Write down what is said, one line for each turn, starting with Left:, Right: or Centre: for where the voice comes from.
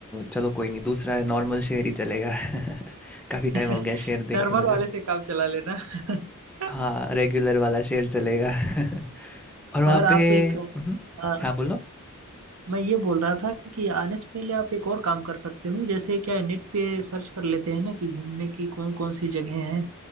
Centre: चलो कोई नहीं दूसरा है नॉर्मल शेर ही चलेगा <laughs> काफ़ी
Right: <laughs>
Centre: टाइम हो गया शेर देखे
Right: नॉर्मल
Centre: मुझे
Right: वाले से काम चला लेना <laughs>
Centre: हाँ रेगुलर वाला शेर चलेगा <laughs> और वहाँ
Right: और आप
Centre: पे
Right: एक
Centre: हम्म,
Right: आ,
Centre: हाँ बोलो
Right: मैं ये बोल रहा था कि आने से पहले आप एक और काम कर सकते हो जैसे क्या है, नेट पे सर्च कर लेते हैं ना कि घूमने की कौन कौन सी जगह हैं